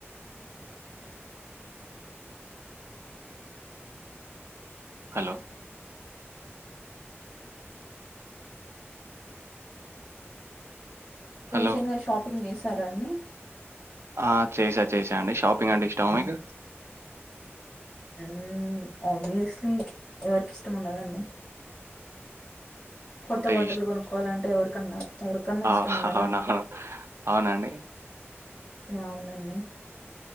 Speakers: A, on the right; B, on the left.
A: హలో హలో!
B: రీసెంట్ షాపింగ్ చేస్త సార అండీ
A: ఆ చేసా చేసా అండి షాపింగ్ అంటే ఇష్టం మీకు
B: ఉమ్ ఆబ్వియస్‌లీ ఎవరికి ఇస్తం ఉండదు అండీ కొత్త
A: అంటే
B: బాటలు
A: ఇష్
B: కొనుక్కోవాలంటే ఎవరికన్నా ఎవరికన్నా
A: ఆ!
B: ఇష్టమే
A: అవునా?
B: కదా
A: అవునా అండి.
B: యా అవునండి